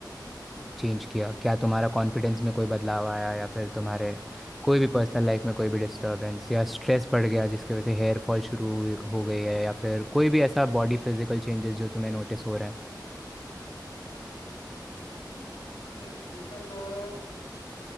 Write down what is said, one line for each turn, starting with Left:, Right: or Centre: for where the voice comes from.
Centre: चेंज किया क्या तुम्हारा कॉन्फिडेंस में कोई बदलाव आया या फिर तुम्हारे कोई भी पर्सनल लाइफ में कोई भी डिस्टर्बेंस या स्ट्रेस बढ़ गया जिसकी वजह से हेयर फॉल शुरू हुई- हो गई है या फिर कोई भी ऐसा बॉडी फिजिकल चेंजेस जो तुम्हें नोटिस हो रहे हैं
Left: हम्म। सर मतलब अ,